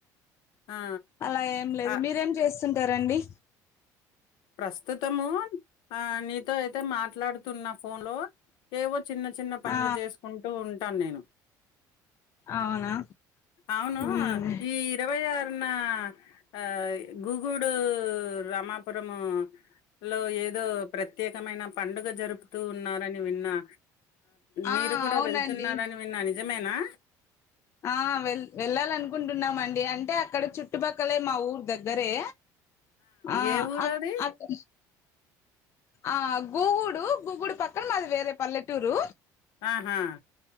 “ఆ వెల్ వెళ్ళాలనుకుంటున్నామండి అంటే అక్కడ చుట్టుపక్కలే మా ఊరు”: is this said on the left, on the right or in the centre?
Left